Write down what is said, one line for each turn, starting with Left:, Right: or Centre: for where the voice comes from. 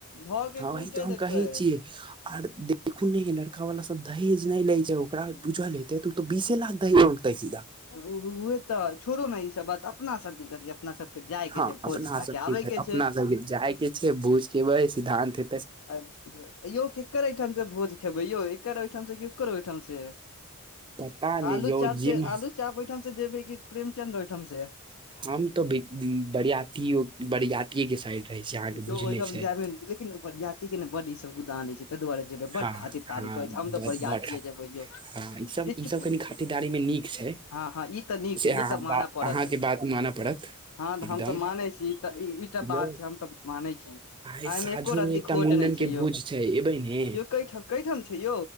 Left: धऽ के
Right: ह
Left: कुइटे
Right: काम
Left: देतै
Right: कहै छियै आर देखू ने लड़का वला सब दहेज नहि ले छै ओकरा बुझल हेते तऽ ओ तऽ बीसे लाख दहेज मांगतै सीधा
Left: रुपैये तऽ छोड़ो ने ईसभ बात अपना सबके कथी अपना सबके जाय के
Right: हँ
Left: छै भोज
Right: अपना
Left: खा
Right: सब
Left: के आबे
Right: की
Left: के
Right: अपना
Left: छै
Right: सबके जाय के छै बूझ केै सिद्धान्त है
Left: छ यौ केकर एहिहिठाम से भोज खेबै यौ एकर ओहिठाम से केकर ओहिठाम से
Right: पता नहि
Left: आलू
Right: यौ
Left: चाप
Right: जिम
Left: के आलू चाप ओहिठाम से जेबे की प्रेमचंद्र ओहिठाम से
Right: हम तऽ बरियातो बरियाते के साइड रहे छी अहाँके
Left: यौ
Right: भुझले
Left: ओहिठाम
Right: छै
Left: जायबे लेकिन बड़ियाति के ने बड्ड ई सब गुदानै छै ताहि दुआरे जेबै बड
Right: हँ
Left: खातिर तारीख
Right: हँ
Left: होइ छै हम तऽ बरिियात
Right: बड़ खा
Left: जेबै यौ
Right: हँ ई सब
Left: त
Right: ई
Left: चूकी
Right: सब कनि खातिरदारी मे नीक छै
Left: हँ हँ ई तऽ नीक छै
Right: से
Left: ई
Right: अहाँ
Left: तऽ मानय
Right: बा
Left: पड़त
Right: अहाँके बात मानऽ पड़त
Left: हँ तऽ
Right: एकदम
Left: हम तऽ मानै छी ई तऽ ईटा बात
Right: यौ
Left: छै हम तऽ मानै छी आ
Right: आइ साँझो
Left: एहिमे एक्को र्ती
Right: मे एकटा
Left: खोट
Right: मुंडन
Left: नहि छै
Right: के
Left: यौ
Right: भोज छै एबै ने
Left: केठ कैठाम छै यौ